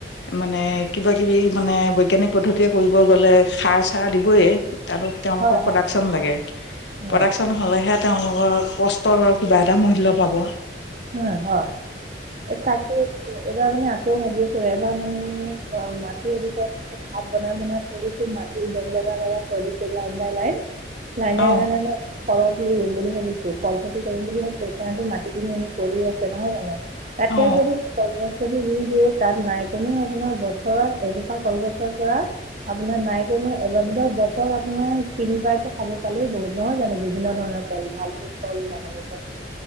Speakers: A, on the left; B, on the right.
A: মানে কিবাকিবি মানে বৈজ্ঞানিক পদ্ধতিৰে কৰিব গ'লে সাৰ চাৰ দিবই তাৰো তেওঁলোকৰ
B: হয় হয়
A: প্ৰডাকচন লাগে
B: উম
A: প্ৰডাকচন হ'লেহে তেওঁলোকৰ কষ্ট ৰ কিবা এটা মুল্য পাব।
B: উম হয়, তাকে এইবাৰ মানে আকৌ ভাবি আছো এবাৰ মানে অ' মাটি এ বিঘা হফ বনাই বনাই থৈ দিছো মাটিৰ দম লগাই লগাই থৈ দিছো লাইন বাই লাইন নাই নাই
A: অ
B: নাই নাই মই কলত ৰুম বুলি ভাবিছো কল খতিম বুলি মই বেখানাটো মাটি কিনি আনি <unintelligible> কৰি আছে নহয় জানো তাকে
A: অ
B: যদি কলগছ যদি ৰুই দিওঁ, তাত নাই কমেওঁ আপোনাৰ বছৰত এজোপা কলগছৰ পৰা আপোনাৰ নাই কমেওঁ এবাৰ ধাৰক বছৰত আপোনাৰ তিনিবাৰ কে খাব পালেও বহুত নহয় জানো? বিভিন্ন ধৰণৰ মালফে ফল বাহান <unintelligible>